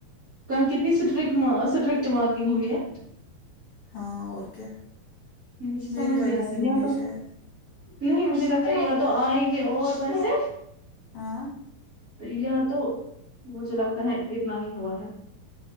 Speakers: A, on the right (about 25°); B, on the left (about 55°).
A: کل کتنی سٹرٹ اسٹرکٹ مارکنگ ہوئی ہے
B: ہاں اور کیا
A: مجھے سمجھ
B: میری
A: نہیں
B: وجہ
A: آ رہا
B: سے ہوئی
A: یا
B: ہے
A: تو
B: شاید
A: نہیں مجھے لگتا ہے یا تو آئیں گے اور ویسے
B: ہاں
A: یہ تو مجھے لگتا ہے اتنا ہی ہوا ہے